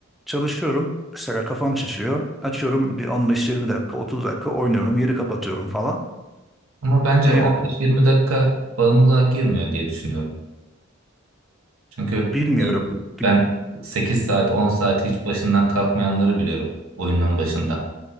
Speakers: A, in the centre; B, on the right (about 80°).
A: çalışıyorum. Mesela kafam şişiyor. Açıyorum bir 15-20 dakika, 30 dakika oynuyorum. Yeri kapatıyorum falan.
B: Ama bence
A: Ve
B: 15-20 dakika bağımlılığa girmiyor diye düşünüyorum. Çünkü
A: bilmiyorum.
B: e,
A: Bil-
B: ben 8 saat 10 saat hiç başından kalkmayanları biliyorum oyunun başında.